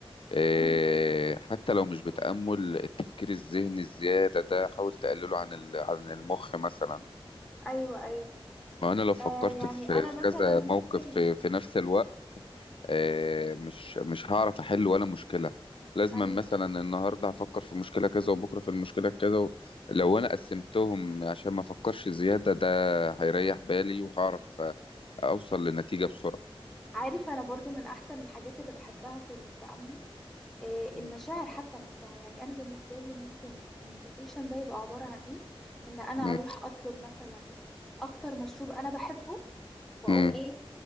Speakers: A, on the left; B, in the centre.
A: إيه،
B: امم
A: حتى لو مش بتأمل التفكير الذهني الزيادة ده حاول تقلله عن ال- عن المخ مثلا
B: أيوه أيوه
A: ما انا لو فكرت
B: آه يعني
A: في
B: أنا
A: في
B: مثلا
A: كذا
B: ممكن
A: موقف في, في نفس الوقت آه، مش مش هعرف احل ولا مشكله لازم
B: أيوه
A: مثلا النهارده هفكر في مشكله كذا وبكره في المشكله كذا و... لو انا قسمتهم عشان ما افكرش زياده ده هيريح بالي وهعرف آه، اوصل لنتيجه بسرعه
B: عارف أنا برضو من أحسن الحاجات اللي بحبها في التأمل آه
A: مم.
B: المشاعر حتى نفسها يعني أنا بالنسبة لي ممكن المديتيشن ده يبقى عبارة عن إيه إن أنا
A: مم.
B: أروح أطلب مثلا اكتر مشروب انا بحبه واقوم
A: مم.
B: ايه